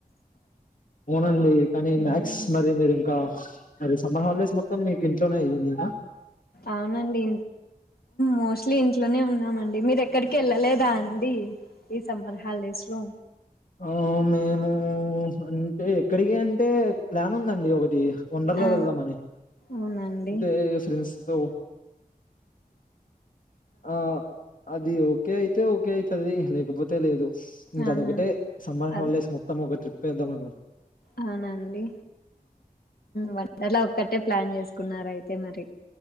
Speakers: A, on the left; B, on the left.
A: అవునండి కానీ మ్యాథ్స్
B: మ్మ్
A: మరి మీరు ఇంకా అరే సమ్మర్ హాలిడేస్ మొత్తం నీకు ఇంట్లోనే అయింది ఆ
B: అవునండి మోస్ట్లీ ఇంట్లోనే ఉన్నామండి మీరు ఎక్కడికి వెళ్ళలేదా అండి ఈ సమ్మర్ హాలిడేస్ లో
A: ఆ మేము అంటే ఎక్కడికి అంటే ప్లాన్ ఉందండి ఒకటి వండర్లా
B: ఆ
A: వెళ్దామని
B: అవునండి
A: అంటే ఫ్రెండ్స్ తో ఆ అది ఓకే అయితే ఓకే అయితుంది లేకపోతే లేదు ఇంకా
B: అవునా
A: అదొక్కటే సమ్మర్
B: అదే
A: హాలిడేస్ మొత్తం ఒక ట్రిప్ వేద్దామ అనుకో
B: అవునండి వండర్లా ఒక్కటే ప్లాన్ చేసుకున్నారు అయితే మరి